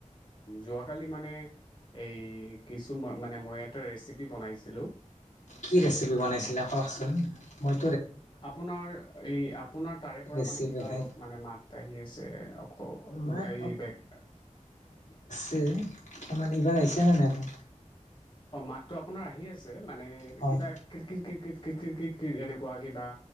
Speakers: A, on the left; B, on the left.
A: যোৱাকালি মানে এই কিছু মানে মই এটা ৰেচিপি বনাইছিলোঁ।
B: কি ৰেচিপি বনাইছিলে কওকচোন মই
A: আপোনাৰ এই আপোনাৰ তাৰে পৰা
B: ৰেচিপি
A: মানে কিবা
B: খাই,
A: অলপ মানে মাত আহি আছে অক
B: মাত
A: এই বেগ
B: সমান এইবাৰ আহিছে নে আকৌ
A: অ মাতটো আপোনাৰ আহি আছে। মানে
B: হয়,
A: কিবা ক্ৰিকিট ক্ৰিকিট। কিত কিত কিতিত এনেকুৱা কিবা